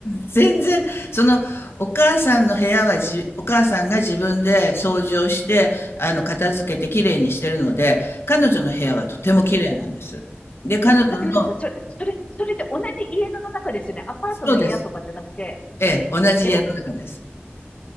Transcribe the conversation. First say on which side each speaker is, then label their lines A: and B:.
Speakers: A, on the left; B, on the left.
A: 全然、その、お母さんの部屋はじ、お母さんが自分で掃除をして、あの、片付けてきれいにしてるので、彼女の部屋はとてもきれいなんです。
B: うん、
A: で、彼女の、
B: え、待ってください。それ、それ、それって同じ家の中ですよね。アパートの部屋とかじゃなくて。
A: そうです。ええ、同じ家の中です。
B: え